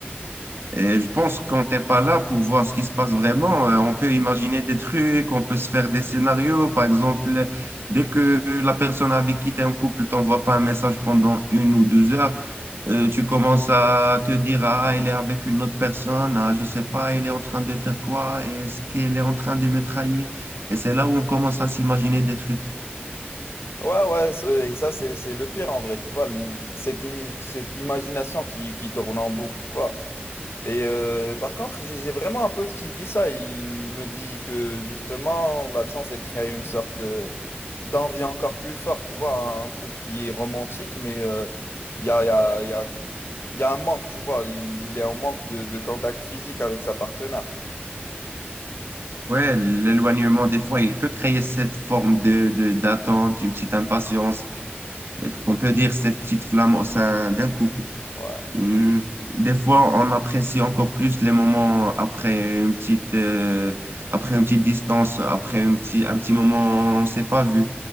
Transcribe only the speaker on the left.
Ouais, ouais, c'est- et ça, c'est, c'est le pire en vrai, tu vois, l- cette, imi- cette imagination qui, qui tourne en boucle, tu vois. Et euh, par contre, j'ai j'ai vraiment un pote qui vit ça. Il me dit que justement, l'absence, elle crée une sorte euh, d'envie encore plus forte, tu vois, un, un truc qui est romantique, mais euh, il y a, il y a, il y a, il y a un manque, tu vois. Il, il est en manque de, de contact physique avec sa partenaire.
Ouais.